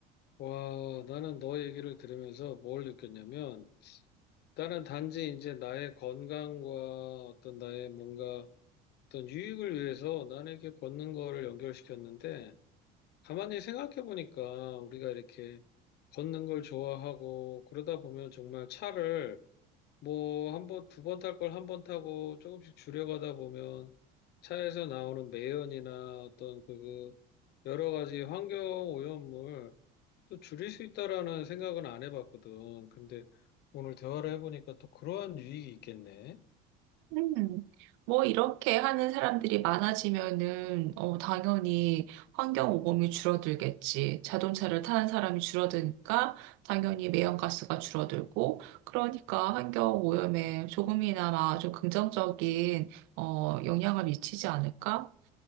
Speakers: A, on the left; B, on the right.
A: 와, 나는 너 얘기를 들으면서 뭘 느꼈냐면, 나는 단지 이제 나의 건강과 어떤 나의 뭔가 어떤 유익을 위해서 남에게 걷는 거를 연결시켰는데, 가만히 생각해 보니까 우리가 이렇게 걷는 걸 좋아하고, 그러다 보면 정말 차를 뭐 한 번, 두 번 탈 걸 한 번 타고 조금씩 줄여가다 보면 차에서 나오는 매연이나 어떤 그 그 여러 가지 환경 오염물, 또 줄일 수 있다라는 생각은 안 해봤거든. 근데 오늘 대화를 해보니까 또 그러한 유익이 있겠네.
B: 음, 뭐 이렇게 하는 사람들이 많아지면은 어, 당연히 환경 오염이 줄어들겠지. 자동차를 타는 사람이 줄어드니까 당연히 매연가스가 줄어들고 그러니까 환경 오염에 조금이나마 좀 긍정적인 어, 영향을 미치지 않을까?